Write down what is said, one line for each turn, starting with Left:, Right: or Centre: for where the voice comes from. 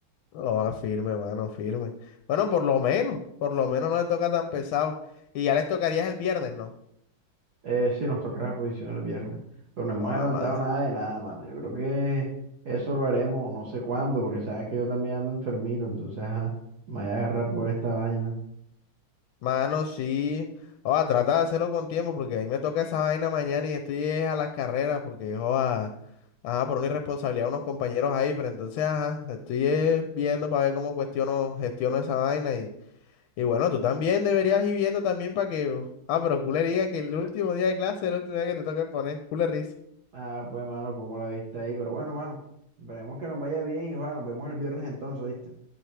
Left: No, va firme, mano, firme. Bueno, por lo menos, por lo menos no le toca tan pesado. Y ya les tocaría el viernes, ¿no?
Right: Eh, sí, nos toca la posición el viernes, pero no hemos
Left: Ah,
Right: adelantado
Left: mano.
Right: nada de nada, mano. Yo creo que eso lo haremos no sé cuándo, porque sabes que yo también ando enfermito, entonces, ajá, me voy a agarrar por esta vaina.
Left: Mano, sí. Oh, trata de hacerlo con tiempo porque a mí me toca esa vaina mañana y estoy es a las carreras porque, joda, ajá, por una irresponsabilidad de unos compañeros ahí, pero entonces, ajá, estoy es viendo para ver cómo cuestiono, gestiono esa vaina y, y bueno, tú también deberías ir viendo también para que, ah, pero culé diga que el último día de clase es el último día que te toca poner, culé risa.
Right: Ah, pues, mano, como la viste ahí, pero bueno, mano, esperemos que nos vaya bien y, bueno, nos vemos el viernes entonces, ¿viste?